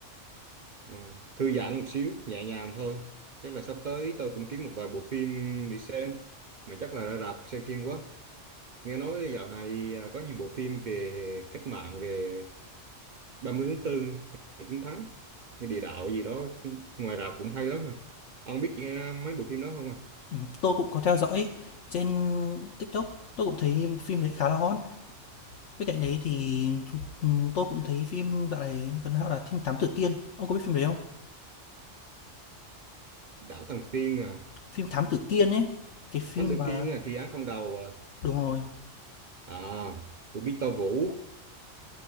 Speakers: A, on the right (about 55°); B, on the left (about 70°).
A: à, thư giãn một xíu nhẹ nhàng thôi chắc là sắp tới tôi cũng kiếm một vài bộ phim đi xem mà chắc là ra rạp xem phim quá Nghe nói dạo này à, có nhiều bộ phim về cách mạng về 30 tháng 4 ngày chiến thắng như địa đạo gì đó ngoài rạp cũng hay lắm à. Ông biết à, mấy bộ phim đó không à?
B: ừm, tôi cũng có theo dõi trên TikTok, tôi cũng thấy phim đấy khá là hot. Bên cạnh đấy thì tôi cũng thấy phim dạo này gần hao là phim Thám Tử Kiên, ông có biết phim đấy không?
A: Đảo Tầng Tiên à,
B: Phim Thám Tử Kiên ấy, cái phim
A: Thám Tử
B: mà
A: Kiên à, Thi Án Không Đầu à,
B: đúng rồi,
A: à của Victor Vũ.